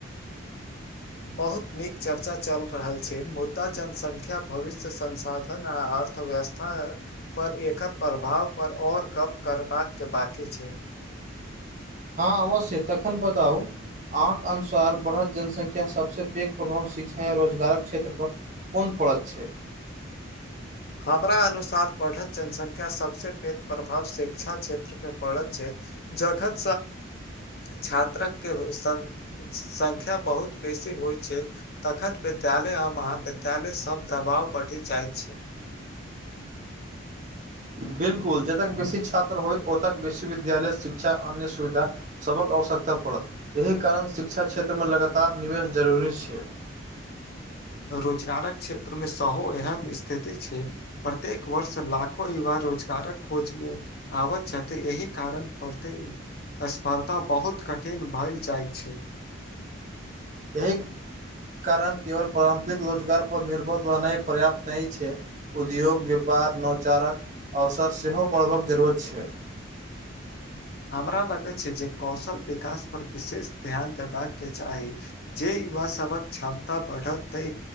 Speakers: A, on the left (about 50°); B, on the right (about 35°).
A: बहुत नीक चर्चा चल रहल छै। मुद्दा जनसंख्या भविष्य, संसाधन आ अर्थव्यवस्था। हैं पर एकर प्रभाव पर और गप करबाक के बाकी छै।
B: हँ अवश्य तखन बताउ? अहाँकेँ अनुसार बढ़ल जनसंख्या सभसे पैघ प्रभाव शिक्षा आ रोजगारक, क्षेत्रपर। कोन पड़त छै।
A: हमरा अनुसार पढ़ल जनसंख्या सएनएल सभ स पे प्रभाव शिक्षा क्षेत्र। पड़त छै। जखन छात्र के संख्या बहुत बेसी होइ छै। तखन विद्यालय आ महाविद्यालय सभ दबाव बढ़ि जाइत छै।
B: बिल्कुल जतक बेसी छात्र होयत ओतक बेसी विद्यालय शिक्षा अन्य सुविधा। सभक आवश्यकता पड़त। एहि कारण शिक्षा क्षेत्रमे लगातार निवेश जरूरी छै।
A: रोजगारक क्षेत्र मे सेहो एहन स्थिति छै। प्रत्येक वर्ष लाखो युवा रोजगारक खोजमे आ आबत छथि। एहि कारण प्रती स्पर्धा बहुत कठिन भए जाय छै।
B: एहि कारण केवल पारम्परिक, रोजगारपर निर्भर रहनाइ पर्याप्त नहि छै। उद्योग व्यापार नौचारक अवसर सेहो बढ़बाक जरूरत छै।
A: हमरा लगैत छै। जे कौशल विकास पर विशेष ध्यान देबाका के चाही जे युवा सभक क्षमता बढ़त तै